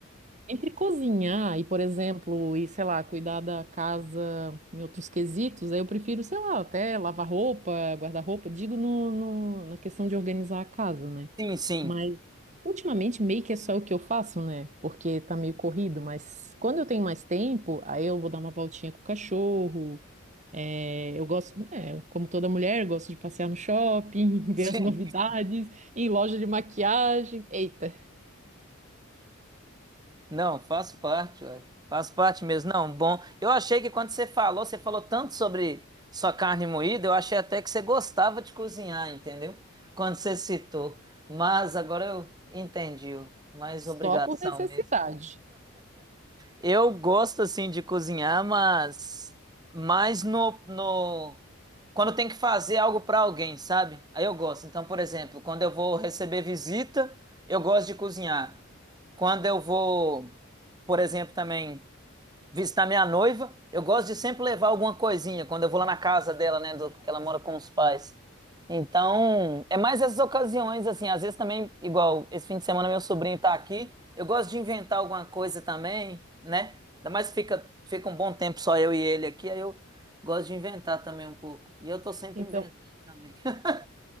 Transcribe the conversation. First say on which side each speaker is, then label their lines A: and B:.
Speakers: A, on the right; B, on the right.
A: entre cozinhar e, por exemplo, e sei lá, cuidar da casa em outros quesitos, aí eu prefiro, sei lá, até lavar roupa, guardar-roupa, digo no, no- na questão de organizar a casa, né?
B: Sim, sim.
A: Mas ultimamente meio que é só o que eu faço, né? Porque tá meio corrido, mas quando eu tenho mais tempo, aí eu vou dar uma voltinha com o cachorro. é, eu gosto, é, como toda mulher, eu gosto de passear no shopping, <laughs> ver
B: <laughs>
A: as novidades, ir em loja de maquiagem. Eita,
B: Não, faço parte, ué. Faço parte mesmo. Não, bom. Eu achei que quando você falou, você falou tanto sobre sua carne moída, eu achei até que você gostava de cozinhar, entendeu? Quando você citou. Mas agora eu entendi, ué. mais
A: só
B: obrigação
A: por necessidade.
B: mesmo. Eu gosto assim de cozinhar, mas mais no, no... quando tem que fazer algo para alguém, sabe? Aí eu gosto. Então, por exemplo, quando eu vou receber visita, eu gosto de cozinhar. Quando eu vou, por exemplo, também visitar minha noiva. Eu gosto de sempre levar alguma coisinha quando eu vou lá na casa dela, né? do- Que ela mora com os pais. Então, é mais essas ocasiões, assim. Às vezes também, igual esse fim de semana, meu sobrinho tá aqui. Eu gosto de inventar alguma coisa também, né? Ainda mais que fica, fica um bom tempo só eu e ele aqui. Aí eu gosto de inventar também um pouco. E eu tô sempre
A: Então
B: inventando também. <laughs>